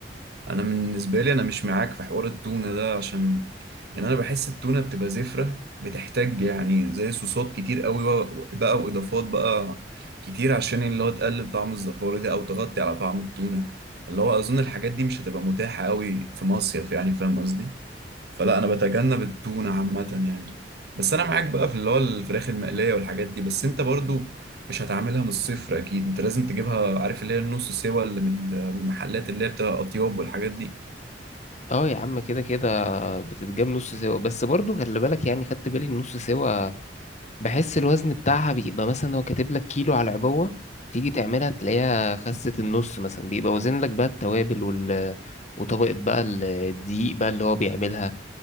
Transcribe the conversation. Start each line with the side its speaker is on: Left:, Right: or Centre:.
Right: انا بالنسبة لي انا مش معاك في حوار التونة ده عشان يعني انا بحس التونة بتبقى زفرة بتحتاج يعني زي صوصات كتير قوي و- بقى واضافات بقى كتير عشان اللي هو تقلل طعم الزفارة دي او تغطي على طعم التونة اللي هو اظن الحاجات دي مش هتبقى متاحة قوي في مصيف يعني فاهم قصدي فلا انا بتجنب التونه عامه يعني بس انا معاك بقى في اللي هو الفراخ المقليه والحاجات دي بس انت برضو مش هتعملها من الصفر اكيد انت لازم تجيبها عارف اللي هي النص سوا اللي من من المحلات اللي هي بتبقى اطياب والحاجات دي
Left: اه يا عم كده كده بتتجاب نص سوا بس برضو خلي بالك يعني خدت بالي النص سوا بحس الوزن بتاعها بيبقى مثلا هو كاتب لك كيلو على العبوة تيجي تعملها تلاقيها خست النص مثلا بيبقى وزن لك بقى التوابل وال وطبقة بقى ال- الدقيق بقى اللي هو بيعملها